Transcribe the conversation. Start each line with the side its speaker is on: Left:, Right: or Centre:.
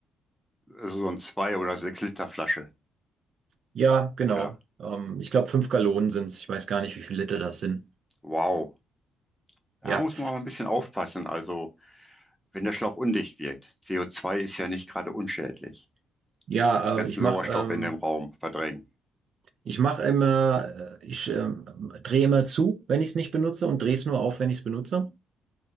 Centre: Also so ein 2 oder 6 Liter Flasche.
Right: Ja, genau.
Centre: Oder
Right: Ähm, ich glaube, fünf Gallonen sind's. Ich weiß gar nicht, wie viele Liter das sind.
Centre: wow. Da
Right: Ja,
Centre: muss man aber ein bisschen aufpassen. Also, wenn der Schlauch undicht wirkt. CO2 ist ja nicht gerade unschädlich.
Right: ja,
Centre: Und den ganzen
Right: äh, ich mache
Centre: Sauerstoff
Right: ähm,
Centre: in dem Raum verdrängen.
Right: ich mache immer, äh, ich ähm, drehe immer zu, wenn ich es nicht benutze und drehe es nur auf, wenn ich es benutze.